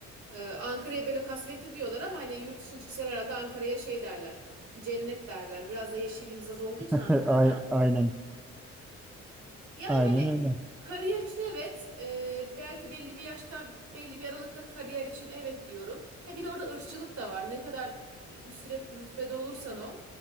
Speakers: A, on the right (about 65°); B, in the centre.
A: Ee, Ankara'ya böyle kasvetli diyorlar ama hani yurt dışına çıksalar herhalde Ankara'ya şey derler. Cennet derler. Biraz da yeşilliğimiz az olduğu için
B: <laughs>
A: Ankara'da.
B: Ay- Aynen
A: Yani
B: Aynen
A: hani
B: öyle.
A: kariyer için evet, e, belki belli bir yaşta, belli bir aralıkta kariyer için evet diyorum. He bir de orada ırkçılık da var. Ne kadar üstret rütbede olursan ol,